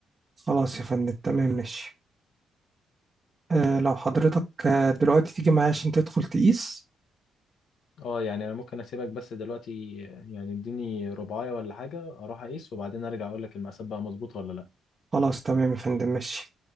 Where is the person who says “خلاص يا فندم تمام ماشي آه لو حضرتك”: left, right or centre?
Right